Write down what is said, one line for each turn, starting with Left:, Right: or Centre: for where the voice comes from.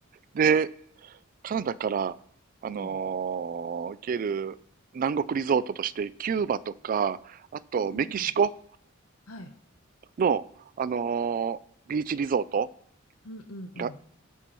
Right: で、カナダから、あのー
Left: うん。
Right: 行ける南国リゾートとして、キューバとか、あとメキシコ
Left: おうおう。はい。
Right: の、あのービーチリゾート
Left: うんうんうん。
Right: が、